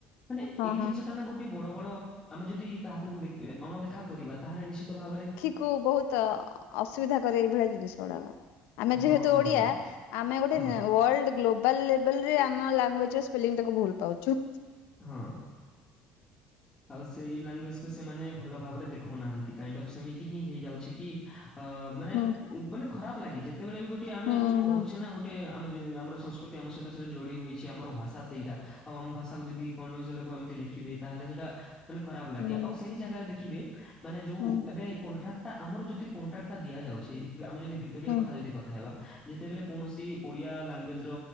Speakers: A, on the left; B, on the left.
A: ମାନେ
B: ହଁ
A: ଏଇ
B: ହଁ
A: ଜିନିଷଟାନା ଗୋଟେ ବଡ଼ ବଡ଼ ଆମେ ଯଦି ତାହାକୁ ଦେଖ ଅଣଦେଖା କରିବା ତାହେଲେ ନିଶ୍ଚିତ ଭାବରେ
B: କୁ ବହୁତ୍ ଅସୁବିଧା କରେ ଏଇଭଳିଆ ଜିନିଷ ଗୁଡ଼ାକ। ଆମେ
A: ହଁ
B: ଯେହେତୁ
A: ହଁ
B: ଓଡ଼ିଆ
A: ହଁ
B: ଆମେ ଗୋଟେ
A: ହଁ
B: ୱାର୍ଲଡ ଗ୍ଲୋବ ତାଲେବୁଲେ ଆମ ଲୁଙ୍ଗୁଏଜ୍ ସ୍ପେଲିଙ୍ଗ୍ ଭୁଲ ପାଉଚୁ।
A: ହଁ। ଆଉ ସେଇ ଲାଙ୍ଗୁଏଜକୁ ସେମାନେ ଭଲ ଭାବରେ ଦେଖଉନାହାନ୍ତି। କାଇଡପ୍ ସେମିତିହିଁ ହେଇଯାଉଛିକି ଅଁ ମାନେ
B: ହୁଁ
A: ମାନେ ଖରାପ୍ ଲାଗେ ଯେ ଯେତେବେଳେବି ଗୋଟେ ଆମେ
B: ହୁଁ ହୁଁ।
A: ରହୁଛେନା ଗୋଟେ ଆମ ଆମର ସଂସ୍କୃତି ଆମ ସହିତ ସୋ ଯୋଡ଼ି ହୋଇ କିଛି ଆମର ଭାଷା ସେଇଟା ଆଉ ଆମ ଭାଷାକୁ ଯଦି କୌଣସି ଲୋକ ଏମିତି ଲେଖିବେ ତାହେଲେ ସେଟା ମାନେ ଖରାପ୍ ଲାଗେ
B: ହୁଁ
A: ଆଉ ସେହି ଜାଗାରେ ଦେଖିବେ ମାନେ ଯୋଉ
B: ହୁଁ
A: ଏବେ କଣ୍ଟ୍ରାଟ ଆମର ଯଦି କଣ୍ଟ୍ରାକ୍ଟା ଦିଆଯାଉଛି ଆମେ ଯଦି ଭିତରିଆ
B: ହୁଁ
A: କଥା ଯଦି କଥା ହେବା ଯେତେବେଳେ କୌଣସି ଓଡ଼ିଆ ଲାଙ୍ଗୁଏଜର